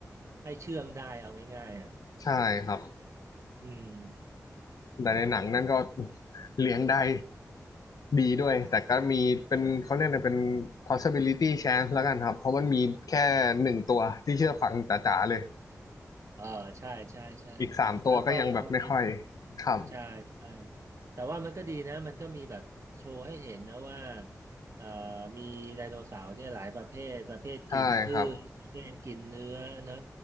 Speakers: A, on the right; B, on the left.
A: ให้เชื่องได้เอาง่ายๆอ่ะ
B: ใช่ครับ
A: อืม
B: แต่ในหนังนั่นก็เลี้ยงได้ดีด้วยแต่ก็มีเป็นเขาเรียกอะไรเป็น possibility chance แล้วกันครับเพราะมันมีแค่หนึ่งตัวที่เชื่อฟังจ๋าๆเลย
A: เออใช่ใช่ใช่
B: อีกสามตัวก็ยังแบบไม่ค่อย
A: แล้วก็มี
B: ครับ
A: ใช่ใช่แต่ว่ามันก็ดีนะมันก็มีแบบโชว์ให้เห็นนะว่าเอ่อมีไดโนเสาร์เนี่ยหลายประเภทประเภทกินพืชประเภทกินเนื้อนะ
B: ใช่ครับ